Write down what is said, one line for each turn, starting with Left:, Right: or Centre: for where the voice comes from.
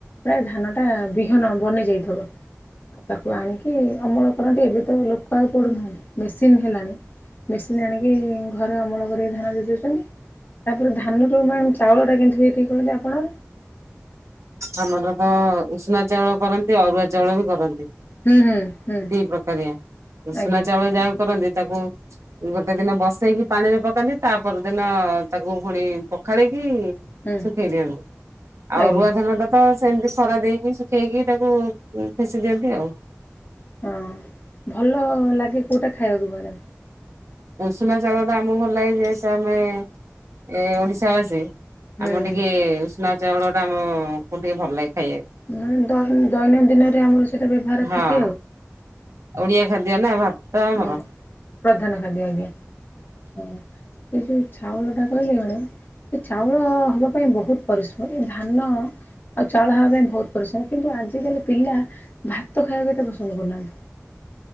Left: ପ୍ରାୟ ଧାନ ଟା ବିହନ ବନି ଯାଇଥିବ ଆଉ ତାକୁ ଆଣିକି ଅମଳ କରନ୍ତି ଏବେ ତ ଲୋକ ଆଉ ପଡୁନାହାନ୍ତି ମେସିନ ହେଲାଣି ବେଶିନି ଆଣକ ଅମଳ କରି ଧାନ ଦେଇ ଦେଉଛନ୍ତି ତାପରେ ଧାନୁ ମ ଚାଉଳଟା କେମିତି ହୁ କହିଲେ ଆପଣ
Right: ଆମର ତ ଉଷନା ଚାଉଳ କରନ୍ତି ଅରୁଆ ଚାଉଳ ବି କରନ୍ତି।
Left: ହୁଁ ହୁଁ ହୁଁ
Right: ଦି ପ୍ରକାରିଆ ଉସୁନା
Left: ଆଜ୍ଞା
Right: ଚାଉଳ ଯାହା କରନ୍ତି ତାକୁ ଗୋଟେ ଦିନ ବସେଇକି ପାଣିରେ ପକାନ୍ତି ତା ପରଦିନ ତାକୁ ପୁଣି ପଖାଳିକି
Left: ହୁଁ
Right: ଶଖେଇ ଦିଅନ୍ତୁ ଆଉ
Left: ଆଜ୍ଞା
Right: ଅରୁଆ ଧାନ ତ ସେମିତି ଖରା ଦେଇକି ଶୁଖେଇକି ତାକୁ ଫେସି ଦିଅ ହଉ।
Left: ହଁ ଭଲ ଲାଗେ କୋଉଟା ଖାଇବାକୁ ମ୍ୟାଡ଼ମ୍?
Right: ଉଷୁନା ଚାଉଳ ଟା <unintelligible> ଏ ଓଡିଶାବାସୀ।
Left: ହୁଁ
Right: ଆମର ଟିକେ ଉଷୁନା ଚାଉଳ ଟା ଆମକୁ ଟିକେ ଭଲ ଲାଗେ। ଖାଇବାକୁ।
Left: ମାନେ ଦୈନ ଦୈନନ୍ଦିନରେ ଆମର ସବୁ ତ ବ୍ୟବହାର
Right: ହଁ।
Left: ଖାଦ୍ୟ ଆଉ।
Right: ଓଡିଆ ଖାଦ୍ୟ ନା ଭାତ ଆମର
Left: ହଁ ପ୍ରଧାନ ଖାଦ୍ୟ ଆଜ୍ଞା ହଁ ସେ ଯୋଉ ଚାଉଳ ଟା କହିଲି ମ୍ୟାଡ଼ାମ। ଏ ଚାଉଳ ହବା ପାଇଁ ବହୁତ ପରିଶ୍ରମ ଏ ଧାନ ଆଉ ଚାଉଳ ହବା ପାଇଁ ବହୁତ ପରିଶ୍ରମ କିନ୍ତୁ ଆଜିିକାଲି ପିଲା ଭାତ ଖାଇବାକୁ ଏତେ ପସନ୍ଦ କରୁନାହାନ୍ତି।